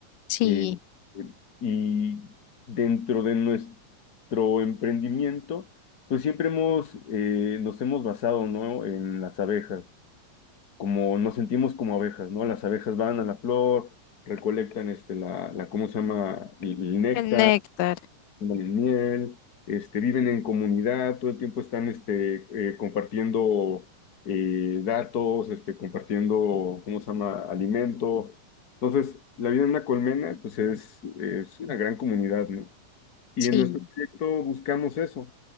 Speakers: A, on the left (about 80°); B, on the left (about 35°).
A: sí,
B: eh, eh, y dentro de nuestro emprendimiento, pues siempre hemos, eh, nos hemos basado, ¿no? En las abejas, como nos sentimos como abejas, ¿no? Las abejas van a la flor, recolectan este, la, la, ¿cómo se llama? El, el néctar,
A: el néctar,
B: toman el miel, este, viven en comunidad, todo el tiempo están este, eh, compartiendo eh, datos, este, compartiendo, ¿cómo se llama?, alimento. Entonces, la vida en una colmena, pues es, es una gran comunidad, ¿no? Y
A: sí,
B: en nuestro proyecto buscamos eso,